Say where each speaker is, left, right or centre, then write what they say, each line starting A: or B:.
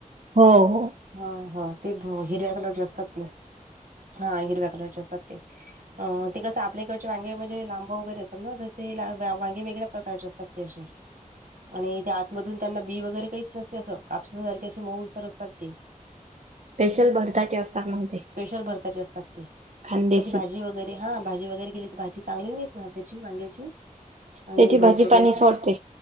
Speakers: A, on the right; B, on the right.
A: हो हो
B: हा हा ते हिरव्या कलरचे असतात. ते हा हिरव्या कलरचे असतात ते. अ ते कसं आपल्याकडचे वांगे म्हणजे लांब वगैरे असतात ना तर ते वांगे वेगळ्या प्रकारचे असतात ते असे.
A: <inaudible>
B: आणि त्या आतमधून त्यांना बी वगैरे काहीच नसते असं. कापसा सारखे असे मऊसर असतात ते.
A: स्पेशल भरताचे असतात मग ते.
B: स्पेशल भरताचे असतात ते.
A: खानदेशी
B: त्याची भाजी वगैरे ते हा भाजी वगैरे केेली तर भाजी चांगली नाही होत ना वांग्याची. आणि
A: त्याची
B: भरीत
A: भाजी
B: वगैरे
A: पाणी सोडते